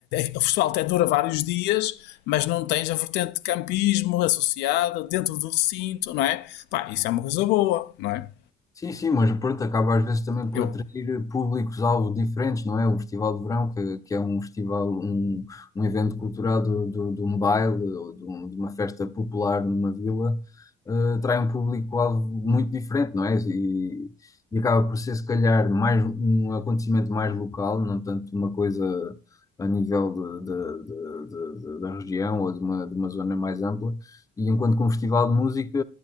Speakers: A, on the left; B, on the left.
A: é, o festival até dura vários dias, mas não tens a vertente de campismo associada dentro do recinto, não é? Pá, isso é uma coisa boa, não é?
B: Sim, sim, mas pronto, acaba às vezes também por
A: Eu,
B: atrair públicos-alvo diferentes, não é? O Festival de Verão, que, que é um festival, um, um evento cultural do, do, de um baile ou de, um- de uma festa popular numa vila, eh, atrai um público-alvo muito diferente, não é? E, e acaba por ser, se calhar, mais um acontecimento mais local, não tanto uma coisa a nível de, de, de, de- de- da região ou de uma, de uma zona mais ampla. E enquanto que um festival de música